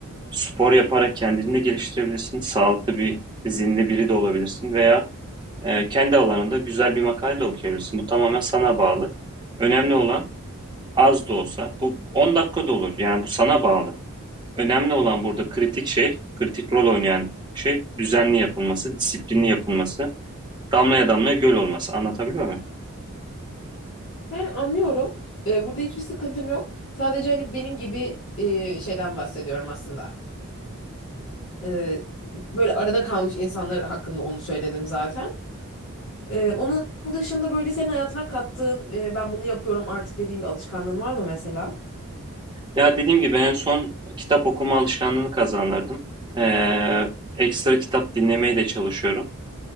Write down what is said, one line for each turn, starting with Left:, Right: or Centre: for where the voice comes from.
Right: Spor yaparak kendini de geliştirebilirsin. Sağlıklı bir zinde biri de olabilirsin veya e, kendi alanında güzel bir makale de okuyabilirsin. Bu tamamen sana bağlı. Önemli olan az da olsa bu 10 dakika da olur. Yani bu sana bağlı. Önemli olan burada kritik şey, kritik rol oynayan şey düzenli yapılması, disiplinli yapılması, damlaya damlaya göl olması. Anlatabiliyor muyum?
Left: Yani anlıyorum. Ee, burada hiçbir sıkıntım yok. Sadece hani benim gibi e, şeyden bahsediyorum aslında. Ee, böyle arada kalmış insanlar hakkında onu söyledim zaten. Ee, onun dışında böyle senin hayatına kattığın e, ben bunu yapıyorum artık dediğin bir alışkanlığın var mı mesela?
Right: Ya dediğim gibi en son kitap okuma alışkanlığını kazandırdım. Ee, ekstra kitap dinlemeye de çalışıyorum.